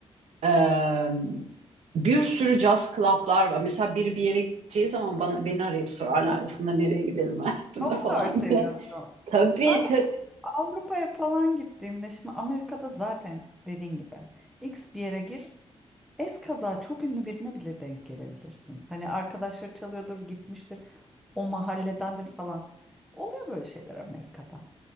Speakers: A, on the right; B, in the centre.
A: Ee, bir sürü jazz club'lar var. Mesela biri bir yere gideceği zaman bana beni arayıp sorarlar. Funda nereye gidelim hayatında
B: O
A: <laughs> falan
B: kadar seviyorsun.
A: diye. Tabii
B: Ben de
A: tabii.
B: Avrupa'ya falan gittiğimde şimdi Amerika'da zaten dediğin gibi X bir yere gir Eskaza çok ünlü birine bile denk gelebilirsin. Hani arkadaşlar çalıyordur, gitmiştir, o mahalledendir falan. Oluyor böyle şeyler Amerika'da.